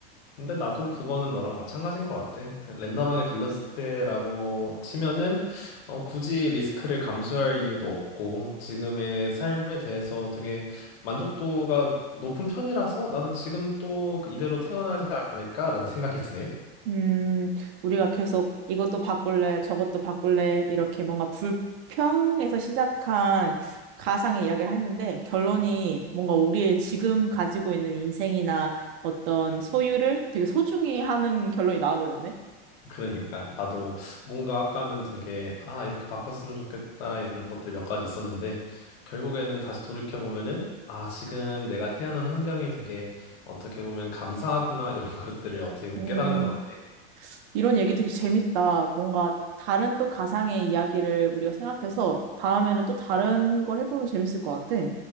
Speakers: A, on the left; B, on the right.
A: 근데 나도 그거는 너랑 마찬가지인 것 같아. 그냥 랜덤하게 돌렸을 때라고 치면은 어, 굳이 리스크를 감수할 이유도 없고 지금의 삶에 대해서 되게 만족도가 높은 편이라서 나는 지금 또 그 이대로 태어나지 않을까라는 생각이 드네.
B: 음, 우리가 계속 이것도 바꿀래, 저것도 바꿀래, 이렇게 뭔가 불평에서 시작한 가상의 이야기를 했는데, 결론이 뭔가 우리의 지금 가지고 있는 인생이나 어떤 소유를 되게 소중히 하는 결론이 나와버렸네.
A: 그러니까 나도 뭔가 아까는 되게 아 이렇게 바꿨으면 좋겠다 이런 것들이 몇 가지 있었는데 결국에는 다시 돌이켜 보면은 아 지금 내가 태어난 환경이 되게 어떻게 보면 감사하구나 <laughs> 이런 것들을 어떻게 보면
B: 음,
A: 깨달은 것 같네.
B: 이런 얘기 되게 재밌다. 뭔가 다른 또 가상의 이야기를 우리가 생각해서 다음에는 또 다른 걸 해보면 재밌을 것 같아.